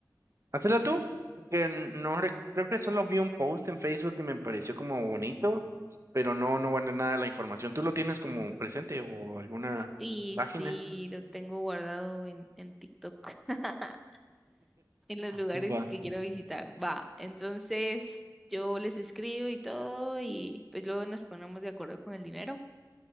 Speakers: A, on the right; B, in the centre.
A: Hacela tú, porque no re- creo que solo vi un post en Facebook que me pareció como bonito, pero no, no guardé nada de la información. ¿Tú lo tienes como presente o alguna
B: Sí,
A: página?
B: sí, lo tengo guardado en, en TikTok, <laughs> en los
A: Va,
B: lugares que quiero visitar. Va, entonces yo les escribo y todo y pues luego nos ponemos de acuerdo con el dinero.